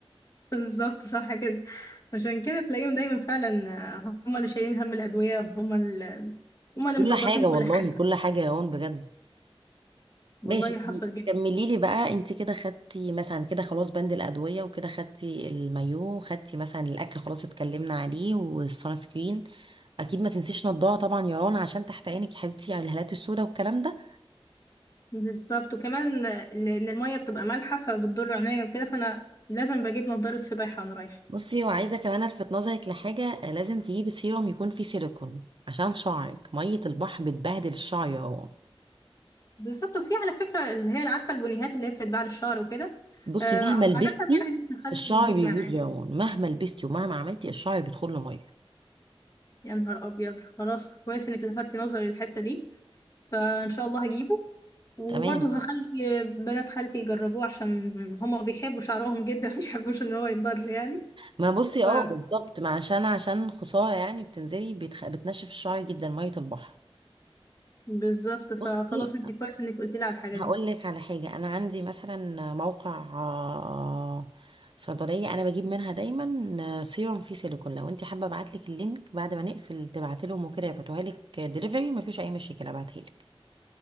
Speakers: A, on the left; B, on the right.
A: بالظبط صح كده عشان كده تلاقيهم دايما فعلا آه، هم اللي شايلين هم الأدوية هم اللي هم اللي
B: كل
A: مظبطين
B: حاجه
A: كل
B: والله
A: حاجة
B: كل حاجه يا هون بجد
A: والله
B: ماشي
A: حصل جدا
B: كملي لي بقى انت كده خدتي مثلا كده خلاص بند الادويه وكده خدتي المايو خدتي مثلا الاكل خلاص اتكلمنا عليه والسان سكرين اكيد ما تنسيش نضاره طبعا يا رنا عشان تحت عينك يا حبيبتي على الهالات السوداء والكلام ده
A: بالظبط وكمان آه، لأن المية بتبقى مالحة فبتضر عينيا وكده فأنا لازم بجيب نضارة سباحة وأنا رايحة
B: بصي وعايزه كمان الفت نظرك لحاجه لازم تجيبي سيروم يكون فيه سيليكون عشان شعرك ميه البحر بتبهدل الشعر يا رنا
A: بالظبط وفي على فكرة اللي هي عارفة البنيهات اللي هي بتتباع للشعر وكده
B: بصي
A: آه،
B: مهما لبستي
A: عادة يعني بنت خالتي
B: الشعر
A: بتجيب
B: بيبوظ
A: معايا
B: يا رنا مهما لبستي ومهما عملتي الشعر بيدخل له ميه
A: يا نهار أبيض خلاص كويس إنك لفتتي نظري للحتة دي فإن شاء الله هجيبه وبرضه
B: تمام
A: هخلي بنات خالتي يجربوه عشان هما بيحبوا شعرهم جدا <laughs> مبيحبوش ان هو يتضر يعني
B: ما بصي
A: ف...
B: اه بالظبط ما عشان عشان خسارة يعني بتنزلي بتخ... بتنشف الشعر جدا مية البحر
A: بالظبط فخلاص
B: بصي
A: انت كويس انك قلتي لي على الحاجة
B: هقول
A: دي
B: لك على حاجة أنا عندي مثلا موقع آه، صيدلية أنا بجيب منها دايما آه، سيروم فيه سيليكون لو أنت حابة أبعتلك اللينك بعد ما نقفل تبعتلهم وكده يبعتوها لك دليفري مفيش أي مشكلة أبعتهالك